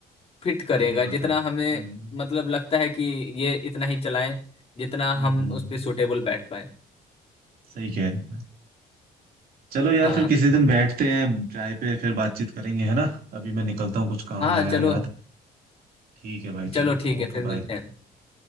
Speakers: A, on the left; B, on the right.
A: फिट करेगा
B: जरूरत
A: जितना
B: है
A: हमें
B: हम्म
A: मतलब लगता है कि ये इतना ही चलाएं जितना
B: हम्म
A: हम
B: हम्म, हम्म,
A: उस पे सुटेबल बैठ पाए
B: सही कह रहे हैं चलो यार
A: हाँ
B: फिर किसी दिन बैठते हैं चाय पे फिर बातचीत करेंगे है ना अभी मैं निकलता हूँ कुछ काम
A: हाँ
B: आया
A: चलो
B: है याद ठीक है भाई
A: चलो
B: चलो
A: ठीक है
B: ओके
A: फिर मिलते
B: बाय
A: हैं